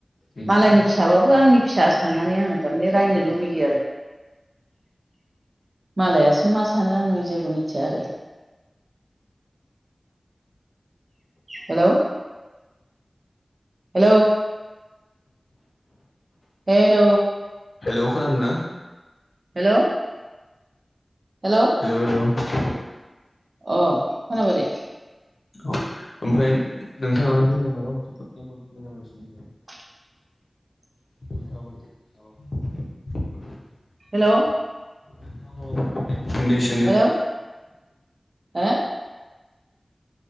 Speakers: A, on the left; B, on the right.
A: उम
B: मालायनि फिसाबाबो आंनि फिसा साननानै आङो थारमाने रायनो लु गोयो आरो मालायसो मा सानो आं जेबो मिथिया आरो। हेल' हेल' हेल'
A: हेलौ खोनादों ना?
B: हेल' हेल'
A: हेल' हेल'
B: अ खोनाबाय दे।
A: ओमफ्राय नोंथाङा जेनेबा माबा मोनसे फिननाय मोनफिनो नामा बिसिनिफ्राय
B: <inaudible>
A: <inaudible>
B: हेल'
A: नोंथाङा माबाफोर <unintelligible> <inaudible>
B: हेल' हो